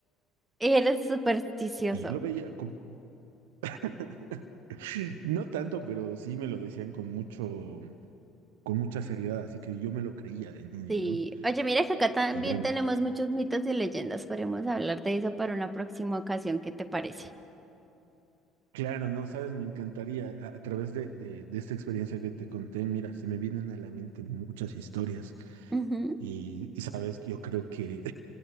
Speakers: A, on the right (about 15°); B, on the right (about 75°).
A: Eres supersticioso.
B: Y yo lo veía con... <laughs> No tanto, pero sí me lo decían con mucho, con mucha seriedad, así que yo me lo creía de niño,
A: Sí.
B: ¿no?
A: Oye, mira que acá también
B: Y bueno,
A: tenemos muchos mitos y leyendas. Podemos hablar de eso para una próxima ocasión. ¿Qué te parece?
B: Claro, no sabes, me encantaría. A, a través de, de- de esta experiencia que te conté, mira, se me vienen a la mente muchas historias.
A: Ujú,
B: Y, y sabes, yo creo que